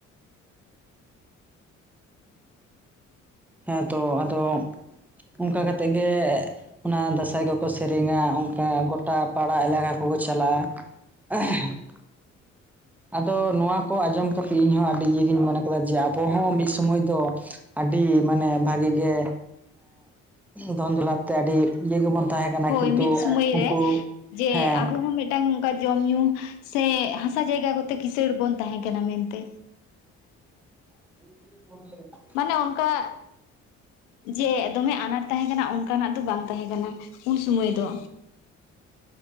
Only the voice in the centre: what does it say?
ᱦᱮᱸᱛᱚ ᱟᱫᱚ ᱚᱱᱠᱟ ᱠᱟᱛᱮ ᱜᱮ ᱚᱱᱟ ᱫᱟᱸᱥᱟᱭ ᱫᱚ ᱠᱚᱠᱚ ᱥᱮᱨᱮᱧᱟ ᱚᱱᱠᱟ ᱜᱚᱴᱟ ᱯᱟᱲᱟ ᱮᱞᱟᱠᱟ ᱠᱚᱠᱚ ᱪᱟᱞᱟᱜᱼᱟ᱾ ᱮᱸ <unintelligible> ᱟᱫᱚ ᱱᱚᱣᱟ ᱠᱚ ᱟᱸᱡᱚᱢ ᱠᱟᱛᱮ ᱤᱧᱦᱚ ᱟᱹᱰᱤ ᱤᱧ ᱢᱚᱱᱮ ᱠᱟᱫᱟ ᱡᱮ ᱟᱵᱚᱚᱸ ᱢᱤᱫ ᱥᱚᱢᱚᱭ ᱫᱚ? ᱟᱹᱰᱤ ᱢᱟᱱᱮ ᱵᱷᱟᱜᱮ ᱜᱮ ᱫᱷᱚᱱ ᱫᱚᱞᱟᱯ ᱛᱮ ᱟᱹᱰᱤᱼᱼ ᱤᱭᱟᱹ ᱜᱮᱵᱚᱱ ᱛᱟᱦᱮᱸ ᱠᱟᱱᱟ
ᱠᱤᱱᱛᱩ
ᱩᱱᱠᱩ
ᱦᱮᱸ᱾
<unintelligible>